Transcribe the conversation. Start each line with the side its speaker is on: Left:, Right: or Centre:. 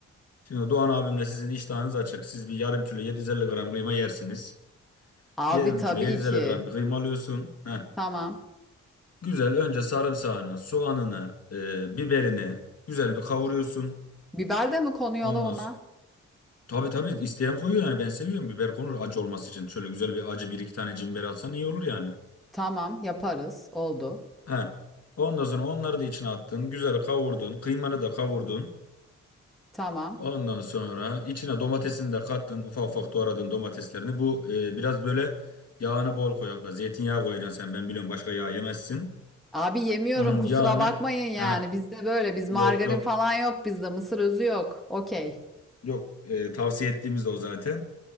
Left: Şimdi Doğan abimle sizin iştahınız açık. Siz bir yarım kilo 750 gram kıyma yersiniz.
Centre: Abi
Left: Yarım
Centre: tabii
Left: kilo 750
Centre: ki.
Left: gram bir kıyma alıyorsun. Heh.
Centre: Tamam.
Left: Güzel önce sarımsağını, soğanını, e, biberini güzel bir kavuruyorsun.
Centre: Biber de mi konuyor
Left: Ondan
Centre: la ona?
Left: sonra, tabii tabii isteyen koyuyor yani ben seviyorum biber konur acı olması için. Şöyle güzel bir acı bir iki tane cimber atsan iyi olur yani.
Centre: Tamam yaparız. Oldu.
Left: He. Ondan sonra onları da içine attın, güzel kavurdun, kıymanı da kavurdun.
Centre: Tamam.
Left: Ondan sonra içine domatesini de kattın, ufak ufak doğradın domateslerini. Bu e, biraz böyle yağını bol koy abla. Zeytinyağı koyacaksın sen ben biliyorum başka yağ yemezsin.
Centre: Abi yemiyorum
Left: Onun
Centre: kusura
Left: yağını
Centre: bakmayın yani.
Left: he
Centre: Bizde böyle biz
Left: Yok
Centre: margarin
Left: yok.
Centre: falan yok bizde. Mısır özü yok. Okey.
Left: Yok e, tavsiye ettiğimiz de o zaten.